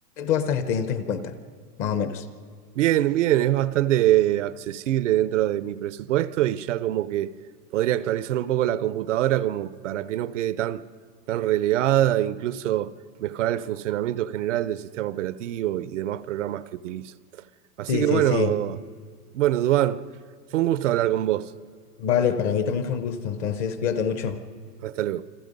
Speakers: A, on the left (about 20°); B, on the right (about 50°).
A: tú hasta setecientos cincuenta más o menos.
B: Bien, bien, es bastante accesible dentro de mi presupuesto y ya como que podría actualizar un poco la computadora como para que no quede tan, tan relegada, incluso mejorar el funcionamiento general del sistema operativo y demás programas que utilizo. Así
A: Sí,
B: que bueno,
A: sí, sí.
B: bueno, Duván, fue un gusto hablar con vos.
A: Vale, para mí también fue un gusto, entonces cuídate mucho.
B: Hasta luego.